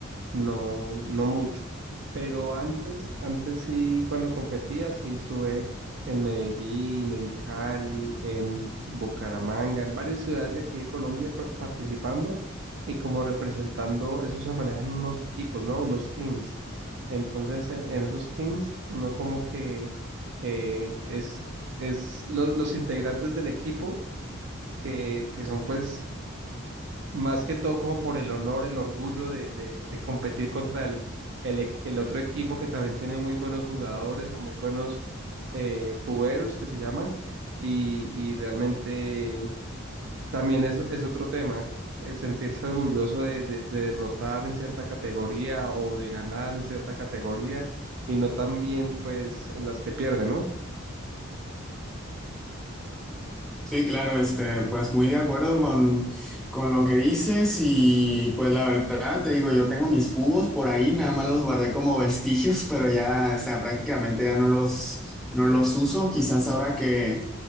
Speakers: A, on the right; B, in the centre.
A: no, no mucho. Pero antes, antes sí, cuando competía, sí estuve en Medellín, en Cali, en Bucaramanga, en varias ciudades de aquí de Colombia par- participando y como representando, eso se manejan unos equipos, ¿no? Unos teams. Entonces, en, en esos teams, uno como que eh, es, es lo- los integrantes del equipo que, que son pues más que todo como por el honor, el orgullo de, de- de competir contra el, el, e- el otro equipo que también tiene muy buenos jugadores o muy buenos eh, cuberos que se llama y, y realmente también es, es otro tema, el sentirse orgulloso de, de- de derrotar en cierta categoría o de ganar en cierta categoría y no también pues en las que pierde, ¿no?
B: Sí, claro, este, pues muy de acuerdo con, con lo que dices y pues la verdad te digo, yo tengo mis cubos por ahí, nada más los guardé como <laughs> vestigios, pero ya, o sea, prácticamente ya no los, no los uso, quizás ahora que